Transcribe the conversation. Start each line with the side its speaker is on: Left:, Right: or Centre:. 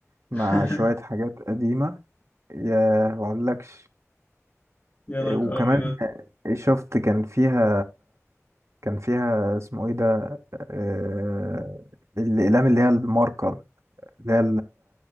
Right: مع
Left: <laughs>
Right: شوية حاجات قديمة يا ما اقولكش
Left: يا نهارك
Right: وكمان
Left: ابيض
Right: شفت كان فيها كان فيها اسمه ايه ده آه، الأقلام اللي هي الماركر اللي هي